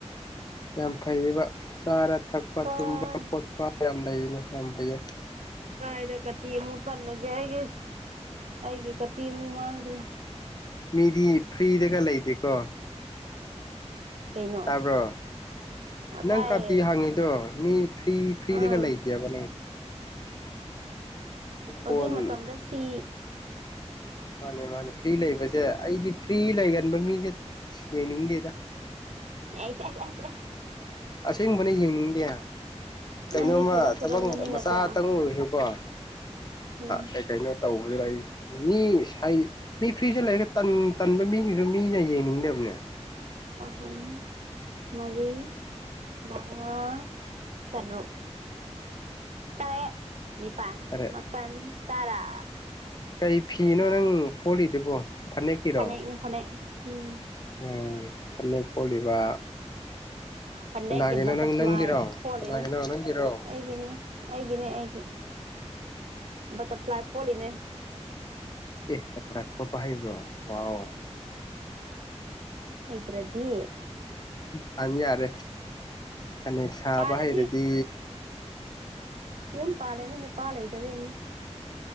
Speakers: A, on the left (about 35°); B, on the right (about 70°).
A: ꯌꯥꯝ ꯐꯩꯌꯦꯕ ꯆꯥꯔ ꯊꯛꯄ
B: ꯀꯥꯏ
A: ꯇꯨꯝꯕ ꯈꯣꯠꯄ ꯌꯥꯝ ꯂꯩꯅꯤ ꯍꯥꯏꯝꯕꯌꯦ
B: ꯀꯥꯥꯏꯗ ꯀ ꯇꯤꯔ ꯃꯨ ꯊꯔꯂꯒꯦ ꯑꯩꯒꯤ ꯀꯠꯇꯤꯃꯨ ꯃꯥꯥꯡꯗ꯭ꯔꯦ
A: ꯃꯤꯗꯤ ꯐ꯭ꯔꯤꯗꯒ ꯂꯩꯇꯦꯀꯣ
B: ꯀꯩꯅꯣ
A: ꯇꯥꯕ꯭ꯔꯣ ꯅꯪ
B: ꯇꯥꯏꯌꯦ
A: ꯀꯥꯇꯤ ꯍꯥꯡꯉꯤꯗꯣ ꯃꯤ ꯐꯔꯤ ꯐꯔꯤꯗ
B: ꯑꯥ
A: ꯀ ꯂ ꯂꯩꯇꯦꯕ
B: ꯍꯧꯖꯤꯛ
A: ꯐꯣꯟ
B: ꯃꯇꯝꯗ ꯐꯤ
A: ꯃꯥꯅꯦ ꯃꯥꯅꯦ ꯐ꯭ꯔꯤ ꯂꯩꯕꯁꯦ ꯑꯩꯗꯤ ꯐ꯭ꯔꯤ ꯂꯩꯒꯟꯕ ꯃꯤꯁꯦ ꯌꯦꯡꯅꯤꯡꯗꯦꯗ
B: ꯆ ꯆ ꯆ <unintelligible>
A: ꯑꯁꯦꯡꯕꯅꯦ ꯌꯦꯡꯅꯤꯡꯗꯦ
B: ꯅꯪꯗꯤ
A: ꯀꯩꯅꯣꯝꯃ
B: ꯁꯨꯒꯟꯕꯅꯤꯅꯀꯣ
A: ꯊꯕꯛ ꯃꯆꯥꯇꯪ ꯑꯣꯏꯔꯁꯨꯀꯣ
B: ꯎꯝ
A: ꯀꯩ ꯀꯩꯅꯣ ꯇꯧꯕꯗꯨ ꯑꯩ ꯃꯤ ꯃꯤ ꯐ꯭ꯔꯤꯁꯤꯗ ꯂꯩꯔꯒ ꯇꯟ ꯇꯟꯕ ꯃꯤꯁꯤꯡꯁꯨ ꯃꯤꯅ ꯌꯦꯡꯅꯤꯡꯗꯕꯅꯦ
B: ꯑꯍꯨꯝ ꯃꯔꯤ ꯃꯉꯥ ꯇꯔꯨꯛ ꯇꯔꯦ ꯅꯤꯄꯥꯟ
A: ꯇꯔꯦꯠ
B: ꯃꯄꯟ ꯇꯔꯥ
A: ꯀꯩ ꯐꯤꯅꯣ ꯅꯪ ꯐꯣꯠꯂꯤꯗꯨꯕꯣ ꯐꯅꯦꯛꯀꯤꯔꯣ
B: ꯐꯅꯦꯛꯅꯤ ꯐꯅꯦꯛ ꯎꯝ
A: ꯎꯝ ꯐꯅꯦꯛ ꯐꯣꯠꯂꯤꯕ
B: ꯐꯅꯦꯛꯀꯤ
A: ꯀꯅꯥꯒꯤꯅꯣ
B: ꯕꯇꯔꯐ꯭ꯂꯥꯏ
A: ꯅꯪꯒꯤꯔꯣ
B: ꯐꯣꯜꯂꯤꯅꯦ
A: ꯀꯅꯥꯒꯤꯅꯣ ꯅꯪꯒꯤꯔꯣ
B: ꯑꯩꯒꯤꯅꯦ ꯑꯩꯒꯤꯅꯦ ꯑꯩꯒꯤ ꯕꯇꯔꯐ꯭ꯂꯥꯏ ꯐꯣꯠꯂꯤꯅꯦ
A: ꯑꯦ ꯕꯇꯔꯐ꯭ꯂꯥꯏ ꯐꯣꯠꯄ ꯍꯩꯕ꯭ꯔꯣ ꯋꯥꯎ
B: ꯍꯩꯇ꯭ꯔꯗꯤ
A: ꯁꯥꯅꯤ ꯌꯥꯔꯦ ꯐꯅꯦꯛ ꯁꯥꯕ
B: ꯄꯥꯜꯂꯅꯤ
A: ꯍꯩꯔꯗꯤ
B: ꯌꯨꯝ ꯄꯥꯜꯂꯦꯅꯤ ꯅꯨꯄꯥꯥ ꯂꯩꯇꯕꯒꯤꯅꯦ